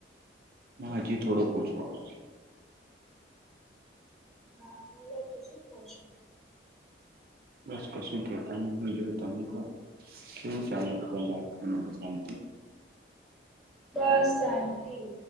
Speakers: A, on the right; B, in the centre.
A: ના હજી થોડુંક ઓછું અવાજ.
B: હા બોલો તો શું કહો છો.
A: બસ કશું કેતા હું જો તમે કો કેવું ચાલે <unintelligible>
B: બસ શાંતિ